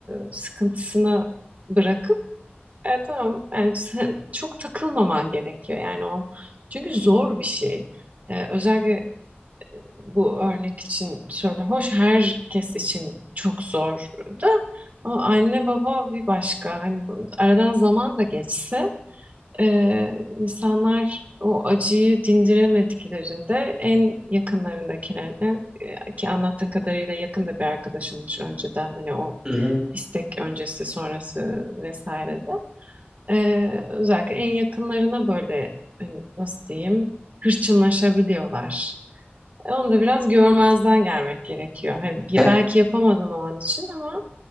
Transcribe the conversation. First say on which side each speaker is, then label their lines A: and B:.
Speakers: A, on the right; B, on the right.
A: e, sıkıntısına bırakıp E, tamam. Yani <laughs> sen- çok takılmaman gerekiyor yani o. Çünkü zor bir şey. E, özellikle e, bu örnek için söyle. Hoş herkes için çok zor da ama anne baba bir başka. Hani bu- aradan zaman da geçse e, insanlar o acıyı dindiremediklerinde en yakınlarındakilerine e, ki anlattığın kadarıyla yakında bir arkadaşınmış önceden hani o
B: Hı hı.
A: istek öncesi sonrası vesaire de. Ee, özellikle en yakınlarına böyle hani nasıl diyeyim hırçınlaşabiliyorlar. E, Onu da biraz görmezden gelmek gerekiyor. Hani bir-
B: Ya,
A: belki yapamadın o an için ama